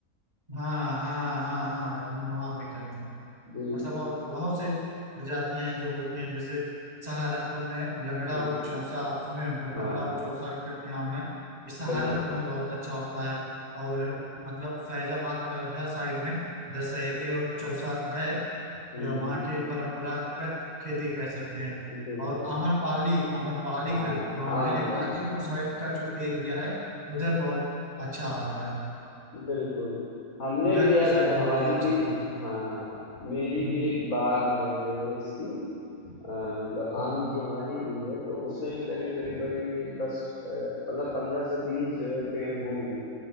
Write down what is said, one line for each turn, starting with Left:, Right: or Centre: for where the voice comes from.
Right: हाँ हाँ हाँ हाँ लखनऊ नवाब भी कहते हैं
Left: जी,
Right: मतलब और बहुत से प्रजातियां हैं जो होती हैं जैसे सहारनपुर में लंगड़ा
Left: जी, बिल
Right: और चौसा आप सुने होंगे
Left: हाँ,
Right: लंगड़ा और चौसा करके आम है ये सहारनपुर
Left: बिल्कुल।
Right: में बहुत अच्छा होता है और मतलब फैजाबाद अयोध्या साइड में दशहरी और चौसा है अ,
Left: हुँ,
Right: वहाँ की परंपरागत खेती कह सकते हैं
Left: बिल्कुल।
Right: और आम्रपाली आम्रपाली
Left: हाँ,
Right: खर जो आम
Left: आम्रपाली।
Right: है ये गाजीपुर साइड का जो एरिया है उधर बहुत अच्छा होता है
Left: बिल्कुल, हमने
Right: उधर
Left: भी यार
Right: के साइड बहुत
Left: हमारी
Right: ही अच्छा
Left: भी
Right: होता है
Left: हाँ, मेरी भी
Right: हम्म
Left: एक बाग़ है जो है इसकी अ, मतलब
Right: हम्म
Left: आम की हमारी भी है तो उसमें भी करीब करीब भाई दस अ, मतलब पंद्रह से बीस जो है पेड़ होंगे